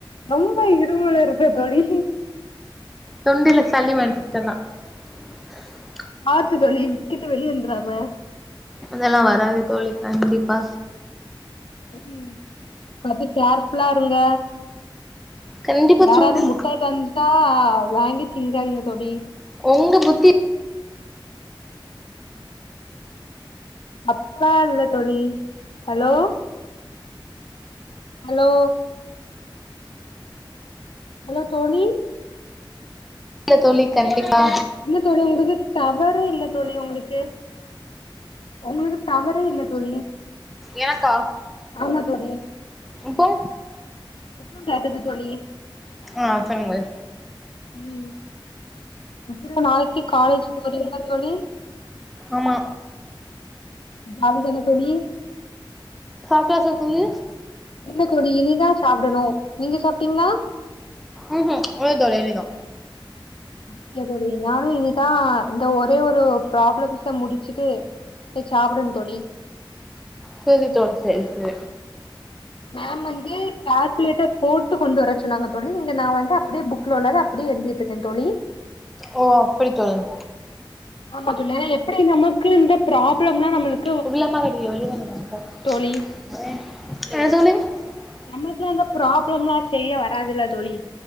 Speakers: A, on the left (about 80°); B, in the centre.
A: ரொம்ப இரும்பல் வருதா தோழி
B: தொண்டைல சளி <unintelligible>
A: பாத்து தோழி விகிட்டு வெளிய வந்துறாம
B: அதெல்லா வராது தோழி கண்டிப்பா
A: ம் பாத்து கேர்ஃபுல்லா இருங்க
B: கண்டிப்பா
A: யாராவது
B: தோழி
A: முட்டாய் தந்துட்டா ஆ வாங்கி திங்காதீங்க தோழி
B: உங்க புத்தி
A: அப்பா இல்ல தோழி ஹலோ ஹலோ ஹலோ தோழி
B: இல்ல தோழி கண்டிப்பா
A: இல்ல தோழி உங்களுக்கு டவரே இல்ல தோழி உங்களுக்கு உங்களுக்கு டவரே இல்ல தோழி
B: எனக்கா
A: ஆமா தோழி
B: இப்போ
A: இப்பவு காட்டுது தோழி
B: ஆ சொல்லுங்கள்
A: ம் ம் இப்ப நாளைக்கு காலேஜ் போறீங்களா தோழி
B: ஆமா
A: ஜாலி தான தோழி
B: <unintelligible> சொல்லு
A: இல்ல தோழி இனிதா சாப்பிடணு நீங்க சாப்பிட்டீங்களா
B: உஹு இல்லதோழி இனிதா
A: அப்ப தோழி நானு இனிதா இந்த ஒரே ஒரு ப்ராப்ளம்ஸ முடிச்சுட்டு சாப்பிடனு தோழி
B: சேரி தோழி சே சே
A: மேம் வந்து கால்குலேட்டர் போட்டு கொண்டு வர சொன்னாங்க தோழி இங்க நா வந்து அப்படியே புக் லோ அப்படியே எழுதிட்டு இருக்கே தோழி
B: ஓ அப்படித்தோழர்
A: ஆமா ஏ எப்படி நமக்கு இந்த ப்ராப்ளம்லாம நம்மளுக்
B: <unintelligible>
A: தோழி நம்மளுக்குலா அந்த ப்ராப்ளம் எலா செய்ய வராதுல்ல தொழி